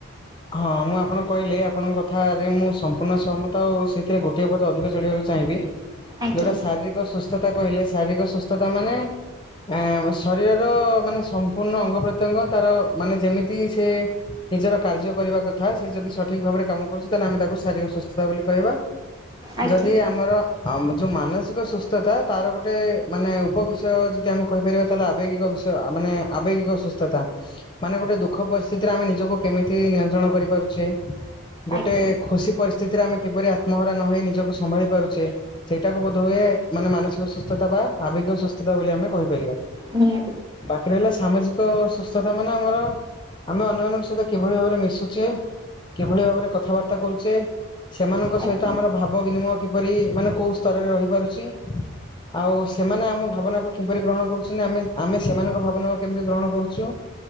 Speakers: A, on the left; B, on the right.
A: ହଁ ମୁଁ ଆପଣ କହିଲେ ଆପଣଙ୍କ କଥାରେ ମୁଁ ସମ୍ପୂଣ୍ଣ ସହମତା ଆଉ ସେଥିରେ ଗୋଟିଏ ପଦ ଅଧିକ ଯୋଡ଼ିବାକୁ ବ
B: ଆଜ୍ଞା
A: ଯୋଉଟା ଶାରୀରିକ ସୁସ୍ଥତା କହିଲେ ଶାରୀରିକ ସୁସ୍ଥତା ମାନେ ଆ ଶରୀରର ମାନେ ସମ୍ପୂର୍ଣ୍ଣ ଅଙ୍ଗ ପ୍ରତ୍ୟଙ୍ଗ ତାର ମାନେ ଯେମିତି ସେ ନିଜର କାର୍ଯ୍ୟ କରିବା କଥା ସେ ଯଦି ସଠିକ ଭାବରେ କାମ କରୁଛି ତାହେଲେ ଆମେ ତାକୁ ଶାରୀରିକ ସୁସ୍ଥତା ବୋଲି କହିବା।
B: ଆଜ୍ଞା
A: ଯଦି ଆମର ଆଉ ଯୋଉ ମାନସିକ ସୁସ୍ଥତା ତାର ଗୋଟେ ମାନେ ଉପବିଷୟ ଯଦି ଆମେ କହିପାରିବା ଆବେଗ ବିୟ ମାନେ ଆବେଗିକ ସୁସ୍ଥତା ମାନ ଗଟେ ଦୁଃଖ ପରିସ୍ଥିତିରେ ଆମେ ନିଜକୁ କେମିତି ନିୟନ୍ତ୍ରଣ କରିପାରୁଛେ ଗୋଟେ
B: ଆଜ୍ଞା
A: ଖୁସି ପରିସ୍ଥି ସ୍ଥିତିରେ ଆମେ କିପରି ଆତ୍ମହରା ନହଇ ନିଜକୁ ସମ୍ଭାଳି ପାରୁଛେ। ସେଇଟାକୁ ବୋଧ ହୁଏ ମାନେ ମାନସିକ ସୁସ୍ଥତା ବା ଆବଗିକ ସୁସ୍ଥତା ବୋଲି ଆମେ କହିପାରିବା।
B: ନିଁ
A: ବାକି ରହିଲା ସାମାଜିକ ସୁସ୍ଥତା ମାନେ ଆମର ଆମେ ଅନ୍ୟମାନଙ୍କ ସହିତ କିଭଳି ଭାବରେ ମିଶୁଛେ କିଭଳି ଭାବରେ କଥାବାର୍ତ୍ତା କରୁଛେ ସେମାନଙ୍କ
B: ଆଜ୍ଞା
A: ସହିତ ଆମର ଭାବ ବିନିମୟ କିପରି ମାନେ କୋଉ ସ୍ତରରେ ରହିପାରୁଛି। ଆଉ ସେମାନେ ଆମ ଭାବନାକୁ କିପରି ଗ୍ରହଣ କରୁଛନ୍ତି ଆମେ ସେମାନଙ୍କ ଭାବନାକୁ କେମିତି ଗ୍ରହଣ କରୁଛୁ।